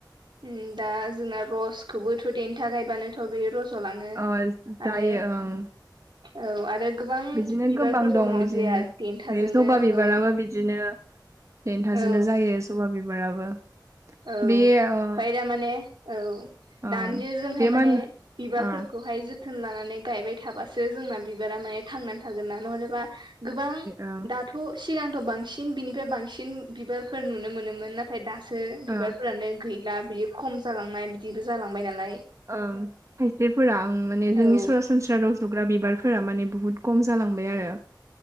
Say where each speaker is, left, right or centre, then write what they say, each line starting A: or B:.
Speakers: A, on the right; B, on the right.
A: उम दा जोंना रसखौबोथ' देन्था गायबानोथ' बेयो रस जलाङो
B: अ जायो
A: आरो
B: ओं
A: औ आरो गोबां
B: बिदिनो
A: बिबारफोर
B: गोबां दं
A: दङ
B: बिदिनो
A: जेआ देन्थाजोंनो
B: बे जबा बिबाराबो
A: औ।
B: बिदिनो देन्थाजोंनो
A: औ
B: जायो जबा बिबाराबो।
A: औ।
B: बे ओ
A: ओमफाय दा माने औ
B: ओ
A: दानिया जोंहाय
B: बे
A: माने
B: मा होनो
A: बिबारफोरखौहाय
B: ओ
A: जो जोथोन लानानै गायबाय थाबासो जोंना बिबारा माने थांनानै थागोन ना नहलेबा गोबां
B: ओ
A: दा थ' सिगांथ' बांसिन बिनिफ्राय बांसिन बिबारफोर नुनो मोनोमोन नाथाय दासो बिबारफोरानो
B: ओ
A: गैला बेयो खम जालांनाय बिदिबो जालांबाय नालाय।
B: ओं खायसेफोरा उम माने जोंनि
A: औ
B: सरास सनस्रा रज'ग्रा बिबारफोरा माने बुहुत खम जालांबाय आरो